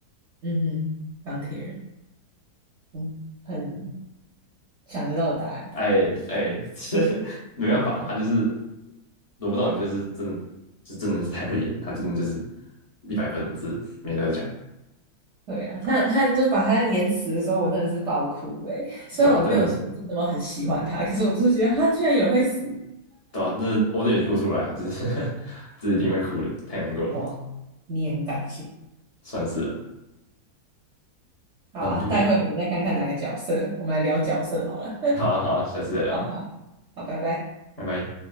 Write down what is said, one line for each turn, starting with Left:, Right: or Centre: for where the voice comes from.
Right: 嗯哼，钢铁人，嗯，很想得到的答案。
Left: 哎哎，<laughs> 这没办法，他就是罗不到你，就是真的，是真的是太会演，他真的就是一百分制，这没得讲，
Right: 对啊，他他就是把他演死的时候，我真的是爆哭诶、<laughs> 虽然我没有说我真的那么很喜欢他，
Left: 对啊？但
Right: 可是我就是觉得他居然有人会死，
Left: 对啊，这我这也哭出来啊，就是 <laughs> 这一定会哭的，太难过了，
Right: 哇！你也很感性。
Left: 算是了。
Right: 好啊，
Left: 那我们就可以，
Right: 待会我们再看看哪个角色，我们来聊角色好了。<laughs>
Left: 好啊好啊，下次再聊，
Right: 好好好，拜拜。
Left: 拜拜。